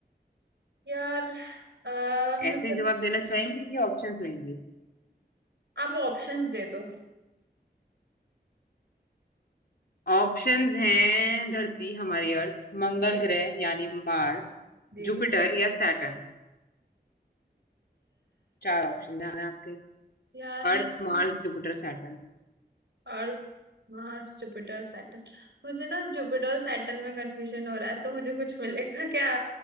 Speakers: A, on the right (about 80°); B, on the left (about 60°).
A: यार अह मुझे
B: ऐसे ही जवाब देना चाहेंगे कि ऑप्शंस लेंगे
A: आप ऑप्शंस दे दो
B: ऑप्शंस हैं धरती हमारी अर्थ मंगल
A: जी
B: ग्रह यानी मार्स
A: जी
B: जुपिटर या सैटर्न चार ऑप्शंस हैं आपके
A: यार मुझे
B: earth Mars Jupiter Saturn
A: Earth Mars Jupiter Saturn मुझे ना जुपिटर सैटर्न में कंफ्यूजन हो रहा है तो मुझे कुछ मिलेगा क्या